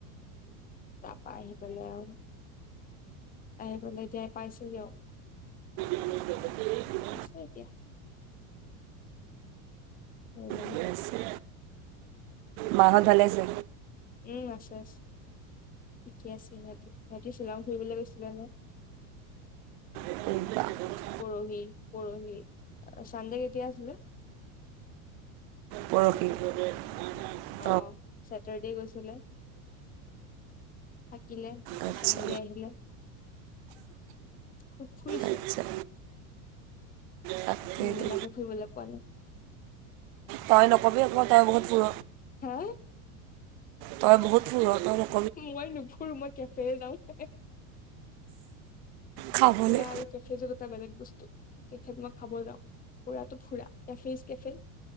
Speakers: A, on the left; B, on the right.
A: তাপা আহি পালে আও আহি পেলাই এতিয়াই পাইছোহি আও
B: <unintelligible>
A: আছে এতিয়া সেৰি
B: ঠিকে আছে মাহঁত ভালে আছে
A: উম আছে আছে ঠিক আছে সিহঁতে সিহঁতি শ্বিলং ফুৰিবলে গৈছিলা নে
B: <unintelligible>
A: পৰহি পৰহি চানদে কেতিয়া আছিলে
B: পৰহি <unintelligible>
A: অ চেটাৰডে গৈছিলে থাকিলে তাপা
B: আচ্ছা
A: চানডে আহিলে খুব ফুৰিছে
B: আচ্ছা তাকেইতো
A: আমি বিলাকে ফুৰিবলে পোৱা নাই
B: তই নকবি আক তই বহুত ফুৰ
A: হেএ
B: তাই বহুত <unintelligible>
A: মই নুফুৰু মই কেফে হে যাওঁ <inaudible>
B: খাবলৈ
A: ফূৰা আৰু কেফে <unintelligible> এটা বেলেগ বস্তু। কেফেত মই খাব যাওঁ, ফুৰাতো ফুৰা কেফে ইছ কেফে।